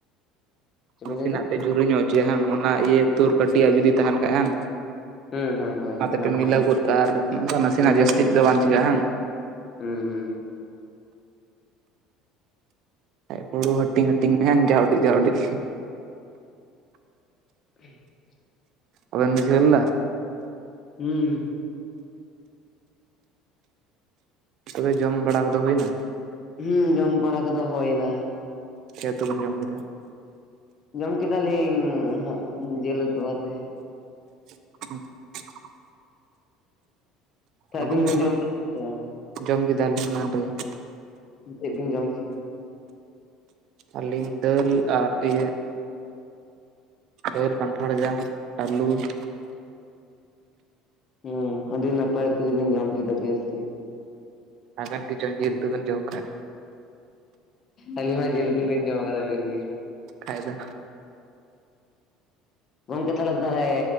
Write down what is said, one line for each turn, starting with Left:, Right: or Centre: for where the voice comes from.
Left: ᱪᱮᱫ ᱵᱤᱱ
Right: ᱱᱟᱥᱮᱱᱟᱜ
Left: ᱞᱟᱹᱭᱫᱟ
Right: ᱯᱮ ᱡᱩᱨᱟᱹ ᱧᱚᱜ ᱦᱚᱪᱚᱭᱟ ᱵᱟᱝ ᱚᱱᱟ ᱤᱭᱟᱹ ᱛᱳᱨ ᱠᱟᱹᱴᱤᱡ ᱟᱜ ᱡᱩᱫᱤ ᱛᱟᱦᱮᱱ ᱠᱷᱟᱡᱽ ᱦᱮᱸ ᱦᱟᱝ
Left: ᱦᱩᱸ ᱦᱳᱭ ᱦᱳᱭ
Right: ᱚᱱᱟᱛᱮ
Left: ᱚᱱᱟᱜᱮ
Right: ᱯᱮ ᱢᱤᱞᱟᱹᱣ ᱜᱚᱫ ᱠᱟᱜᱼᱟ ᱟᱨ ᱱᱚᱝᱠᱟ ᱱᱟᱥᱮᱱᱟᱜ
Left: ᱢᱤᱞᱟᱹᱣ
Right: ᱡᱟᱹᱥᱛᱤ ᱛᱮᱫᱚ
Left: ᱟᱠᱟᱫᱟ᱾
Right: ᱵᱟᱝ ᱪᱤᱠᱟᱹᱜᱼᱟ ᱵᱟᱝ?
Left: ᱦᱩᱸ ᱦᱩᱸ ᱾
Right: ᱦᱩᱲᱩ ᱦᱟᱹᱴᱤᱧ ᱦᱟᱹᱴᱤᱧ ᱢᱮ ᱡᱟᱣᱰᱤ ᱡᱟᱣᱰᱤ ᱾
Left: <inaudible>
Right: ᱵᱟᱵᱮᱱ ᱵᱩᱡᱷᱣ ᱞᱮᱫᱟ?
Left: ᱦᱩᱸ ᱾
Right: ᱛᱚᱵᱮ ᱡᱚᱢ ᱵᱟᱲᱟ ᱠᱚᱫᱚ ᱦᱩᱭᱱᱟ?
Left: ᱦᱩᱸ ᱡᱚᱢ ᱵᱟᱲᱟ ᱠᱚᱫᱚ ᱦᱳᱭᱱᱟ ᱾
Right: ᱪᱮᱫ ᱩᱛᱩ ᱵᱮᱱ ᱡᱚᱢ ᱠᱮᱫᱟ?
Left: ᱡᱚᱢ ᱠᱮᱫᱟᱞᱤᱧ ᱦᱟᱸᱜ ᱡᱮᱞ ᱩᱛᱩ ᱟᱛᱮ ᱾
Right: <inaudible> ᱟᱹᱞᱤᱧ
Left: ᱟᱹᱵᱤᱱ ᱵᱤᱱ
Right: ᱦᱚᱸ
Left: ᱡᱚᱢ ᱠᱮᱫᱟ ᱥᱮ ᱵᱟᱝ?
Right: ᱡᱚᱢ ᱠᱮᱫᱟᱞᱤᱧ ᱮᱱᱟᱱ ᱨᱮᱜᱮ ᱾
Left: ᱪᱮᱫ ᱵᱤᱱ ᱡᱚᱢ ᱠᱮᱫᱼᱟ?
Right: ᱟᱹᱞᱤᱧ ᱫᱟᱹᱞ ᱟᱨ ᱤᱭᱟᱹ ᱾ ᱫᱟᱹᱞ, ᱠᱟᱱᱴᱷᱟᱲ ᱡᱟᱝ, ᱟᱹᱞᱩ ᱾
Left: ᱦᱩᱸ ᱟᱹᱰᱤ ᱱᱟᱯᱟᱭ ᱩᱛᱩ ᱜᱮᱵᱤᱱ ᱡᱚᱢ ᱠᱮᱫᱟ ᱵᱮᱥ ᱜᱮ ᱾
Right: ᱟᱵᱮᱱ ᱠᱤᱪᱚᱝᱧ ᱡᱤᱞ ᱩᱛᱩ ᱵᱮᱱ ᱡᱚᱢ ᱠᱷᱟᱜ ᱾
Left: ᱟᱹᱞᱤ ᱢᱟ ᱡᱮᱞ ᱩᱛᱩ ᱞᱤᱧ ᱡᱚᱢ ᱠᱟᱫᱟ ᱵᱮᱥ ᱜᱮ ᱾
Right: ᱠᱷᱟᱡ ᱫᱚ
Left: ᱜᱚᱢᱠᱮ ᱛᱟᱦᱚᱞᱮ ᱛᱟᱦᱚᱞᱮ